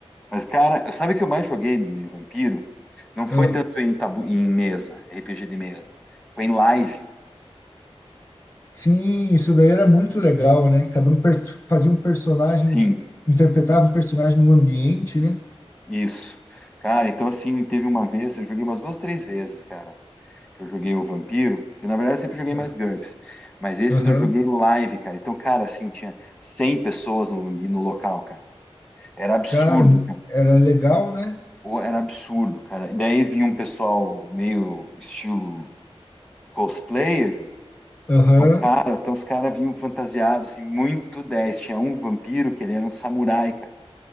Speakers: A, in the centre; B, on the left.
A: Mas, cara, sabe o que eu mais joguei de vampiro? Não foi
B: Ah,
A: tanto em, tabu... em mesa, RPG de mesa. Foi em live,
B: sim, isso daí era muito legal, né? Cada um pers- fazia um personagem,
A: sim,
B: interpretava um personagem no ambiente, né?
A: isso. Cara, então, assim, teve uma vez, eu joguei umas duas, três vezes, cara, que eu joguei o vampiro, que na verdade eu sempre joguei mais
B: Ah,
A: GURPS, mas esses
B: Aham.
A: eu joguei live, cara. Então, cara, assim, tinha 100 pessoas no, no local, cara. Era absurdo,
B: Cara,
A: cara.
B: era legal, né?
A: Pô, Era absurdo, cara. E daí vinha um pessoal meio estilo cosplayer.
B: Aham,
A: Então, cara, então os caras vinham fantasiados, assim, muito 10. Tinha um vampiro que ele era um samurai, cara.